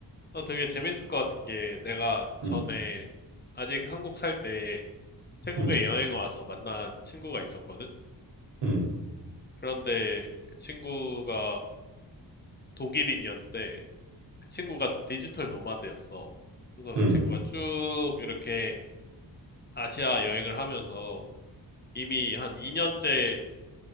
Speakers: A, on the left; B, on the right.
A: 나 되게 재밌을 것 같은 게 내가 전에
B: 음,
A: 아직 한국 살 때 태국에
B: 음,
A: 여행 와서 만난 친구가 있었거든?
B: 음,
A: 그런데 그 친구가 독일인이었는데 그 친구가 디지털 노마드였어. 그래서
B: 음,
A: 그 친구가 쭉 이렇게 아시아 여행을 하면서 이미 한 2년째